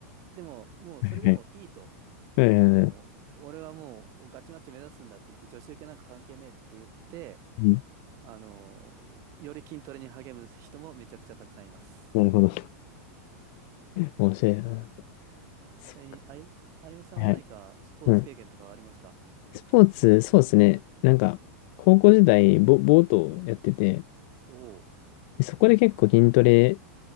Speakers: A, on the right; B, on the left.
A: でも、もうそれでもいいと。
B: はいはいはいはい
A: あの、
B: <laughs>
A: 俺はもうガチマッチョ目指すんだって言って、女子受けなんか関係ねえって言って、
B: うん、
A: あの、より筋トレに励む人もめちゃくちゃたくさんいます。
B: なるほど。面白いな。そ
A: ちなみに、あゆ、あゆむさんは何かスポーツ経験とかはありますか
B: はい。うん。スポーツ、そうですね。なんか、高校時代、ボ、ボートをやってて、
A: おお
B: でそこで結構筋トレ、